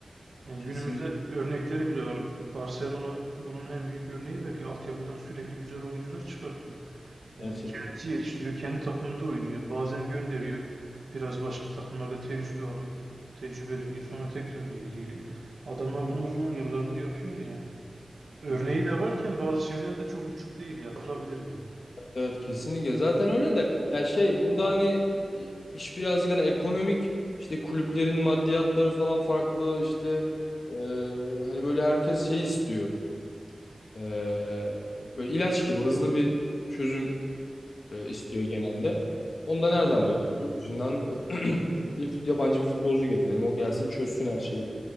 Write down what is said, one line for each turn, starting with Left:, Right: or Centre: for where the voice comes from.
Right: Yani
Left: Kesin
Right: günümüzde örnekleri bile var. Barcelona bunun en büyük örneği belki altyapıdan sürekli güzel oyuncular çıkartıyor. Yani
Left: gerçekten.
Right: kendisi yetiştiriyor, kendi takımında oynuyor. Bazen gönderiyor. Biraz başka takımlarda tecrübe alıyor. Tecrübeleniyor. Sonra tekrar geri geliyor. Adamlar bunu
Left: Evet,
Right: uzun yıllardır yapıyor yani. Örneği
Left: Tebrik ederim.
Right: de varken bazı şeyler de çok uçuk değil. Yapılabilir yani.
Left: Evet kesinlikle zaten öyle de ya şey burada hani iş birazcık hani ekonomik işte kulüplerin maddiyatları falan farklı işte e, hani böyle herkes şey istiyor E, böyle ilaç gibi hızlı bir çözüm e, istiyor genelde. Onu da
Right: Evet.
Left: nereden buluyoruz? Yurt dışından <clears throat> bir fut- yabancı bir futbolcu getirelim o gelsin çözsün her şeyi